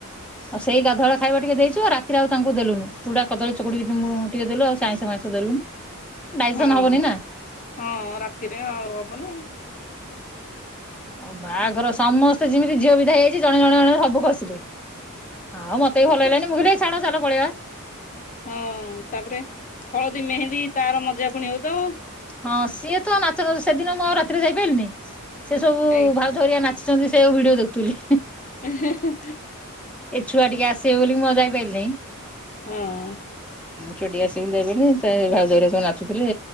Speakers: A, in the centre; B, on the left (about 35°).
A: ଆଉ ସେଇ ଗାଧୁଆ ଖାଇବା ଟିକେ ଦେଇଛୁ ଆଉ ରାତିରେ ଆଉ ତାଙ୍କୁ ଦେଲୁନୁ ଚୁଡା କଦଳୀ ଚକୁଡି ଟିକେ ଦେଲୁ ଆଉ ସାାଇଁସ ମାାଇଁସ ଦେଲୁନୁ। ଡାଇଜେସନ
B: ହଁ-
A: ହବନି ନା
B: ହଁ ରାତିରେ ଆଉ ହବ ନା ।
A: ଆଉ ବାହାଘର ସମସ୍ତେ ଯେମିତି ଝିଅ ବିିଦା ହେଇଯାଇଛି ଜଣେ ଜଣେ ଜଣେ ସବୁ ଖସିଲେ। ଆଉ ମତେ ବି ଭଲ ହେଲାନି ମୁଁ କହିଲି ଏ ଛାଡ ଚାଲ ପଳେଇବା।
B: ହଁ ତାପରେ ହଳଦୀ ମେହେନ୍ଦୀ ତାର ମଜା ପୁଣି ହଉ ତ
A: ହଁ ସିଏ ତ ନାଚ ସେଦିନ ମୁଁ ଆଉ ରାତିରେ ଯାଇପାରିଲିନି। ସେ ସବୁ
B: ଏ
A: ଭାଉଜ ହେରିକା ନାଚ ଆଛନ୍ତି ସେଉ ଆକୁ ଭିଡିଓ ଦେଖୁଥିଲି।
B: ଏ‌ ହେଁ ହେଁ।
A: ଏ ଛୁଆ ଟିକେ ଆସିବେ ବୋଲି ମୁ ଆଉ ଯା ବେଲେ।
B: ହଁ
A: ଟିକେ ଆସିବି ଦେବେନି ସେ ଭାଉଜରରେ ସବୁ ନାଚୁଥିଲେ